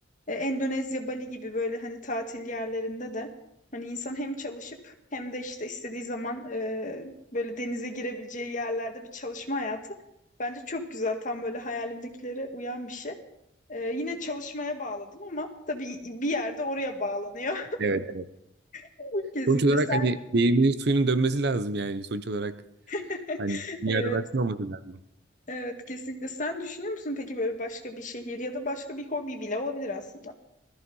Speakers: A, on the left (about 40°); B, on the right (about 55°).
A: e, Endonezya, Bali gibi böyle hani tatil yerlerinde de hani insan hem çalışıp hem de işte istediği zaman e, böyle denize girebileceği yerlerde bir çalışma hayatı bence çok güzel tam böyle hayalimdekilere uyan bir şey. Ee, yine çalışmaya bağladım ama tabii bir yerde oraya bağlanıyor.
B: evet.
A: <laughs> Kesinlikle
B: Sonuç olarak
A: sen.
B: hani değirmenin suyunun dönmesi lazım yani sonuç olarak.
A: <laughs>
B: Hani bir
A: Evet,
B: yerden aklın olması lazım.
A: evet kesinlikle. Sen düşünüyor musun peki böyle başka bir şehir ya da başka bir hobi bile olabilir aslında.